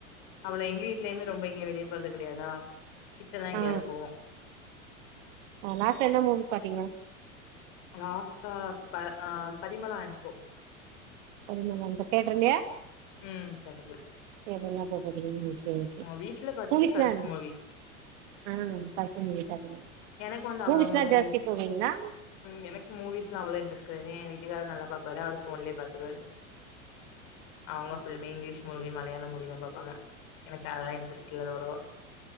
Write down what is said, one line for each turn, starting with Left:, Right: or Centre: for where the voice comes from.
Left: அவள எங்கி வீட்லியுமே ரொம்ப எங்யு வெளிய போறது கெடையாதா கிட்டதா எங்யாவ்து
Right: ஆ
Left: போவோ
Right: ஆ லாஸ்ட்டா என்ன மூவி பாத்தீங்க
Left: ராஸ்த்தா ப அ பரிமளா அன் கோ
Right: <unintelligible> தேட்றல்யேம்
Left: ம் தாட்டர்ல
Right: எதனா போ போதிங் நூக்யா ஓகே
Left: அ வீட்ல பாத்தது
Right: ஊவிஸ்லான்
Left: கருப்பு மூவி
Right: ஆ பக்கி மூடிட் அதுமே
Left: எனக்கு வந்து
Right: பூவிஸ்லா
Left: அவ்ளோ மூவிஸ்
Right: ஜாஸ்த்தி போவிங்னம்
Left: ம் எனக் மூவிஸ்லா அவ்ள இன்ட்ரஸ் கையா ஏ வீட்டுக்காரர் நல்லா பாப்பாரு அவர் ஃபோன்லே பாத்துருவாரு அவ்ங்க filmi English movie Malayalam movie தா பாப்பாங்க எனக் அதெல்லா இன்ட்ரஸ்ட் இல்ல லவ்லவோ